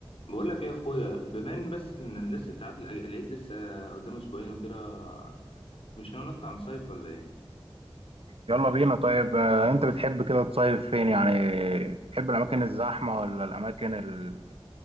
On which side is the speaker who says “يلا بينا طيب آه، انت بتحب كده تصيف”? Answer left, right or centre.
Right